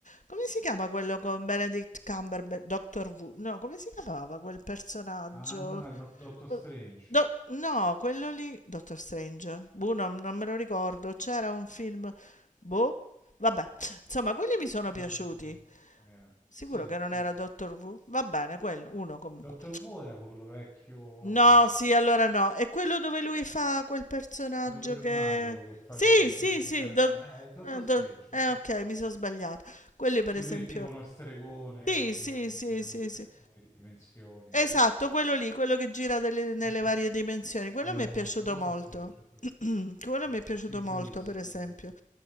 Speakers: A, on the left; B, on the left.
A: Come si chiama quello con Benedict Cumberbatch? Doctor Who? No, come si chiamava quel personaggio?
B: Ah, Do- Dottor
A: Quel-
B: Strange.
A: Do- no, quello lì, Doctor Strange. Boh, non, non me lo ricordo. C'era un film... Boh, vabbè. Insomma, quelli mi
B: Ah,
A: sono piaciuti.
B: eh,
A: Sicuro
B: Sì,
A: che
B: sì,
A: non era
B: sì.
A: Doctor Who? Va bene, quello, uno comunque.
B: Dottor Wu era quello vecchio
A: No, sì, allora no. È quello dove lui fa quel personaggio
B: dove lui è
A: che...
B: mago che fa
A: Sì,
B: che che tipo
A: sì,
B: di
A: sì. do-
B: Eh, Dottor
A: eh,
B: Strange,
A: do- eh,
B: Dottor
A: ok,
B: Strange.
A: mi sono sbagliato.
B: sì, sì.
A: Quelli per
B: Che
A: esempio...
B: lui è tipo uno stregone
A: Sì, sì,
B: che gioca
A: sì, sì,
B: col tempo,
A: sì.
B: con le dimensioni.
A: Esatto,
B: Sì, sì, sì.
A: quello lì, quello che gira delle- nelle
B: Dottor-
A: varie dimensioni. Quello
B: ne
A: mi
B: vai-
A: è piaciuto
B: Dottor
A: molto.
B: Strange, Dottor
A: <clears throat> Quello
B: Strange.
A: mi è piaciuto
B: Sì, è bellissimo
A: molto, per esempio.
B: quello, sì.